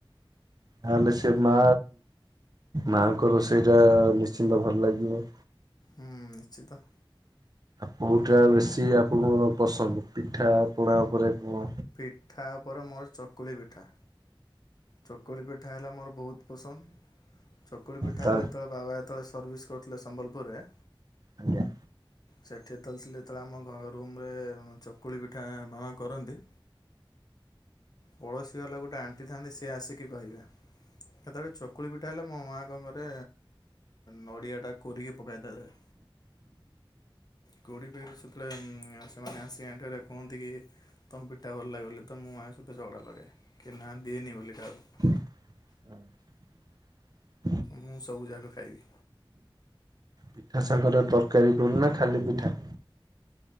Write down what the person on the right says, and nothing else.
ଯାହାହେଲେ ସେ ମା ମା ଙ୍କ ରୋଷେଇ ଟା ନିଶ୍ଚିନ୍ତ ଭଲ ଲାଗିବ।
କୋଉଟା ବେଶୀ ଆପଣଙ୍କର ପସନ୍ଦ ପିଠା ପଣା ଉପରେ କଣ?
ତା
ଆଜ୍ଞା।
<inaudible>
ପିଠା ସାଙ୍ଗରେ ତରକାରୀ କର ନା ଖାଲି ପିଠା?